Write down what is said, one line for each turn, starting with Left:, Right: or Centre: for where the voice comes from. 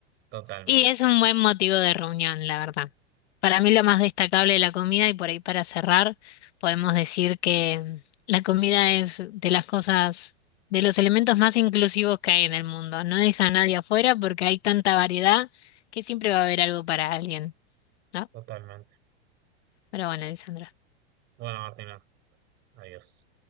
Right: totalmente,
Left: Y es un buen motivo de reunión, la verdad. Para mí lo más destacable de la comida, y por ahí para cerrar, podemos decir que la comida es de las cosas, de los elementos más inclusivos que hay en el mundo. No deja a nadie afuera porque hay tanta variedad que siempre va a haber algo para alguien, ¿no?
Right: totalmente.
Left: Pero bueno, Alessandra.
Right: Bueno, Martina, adiós.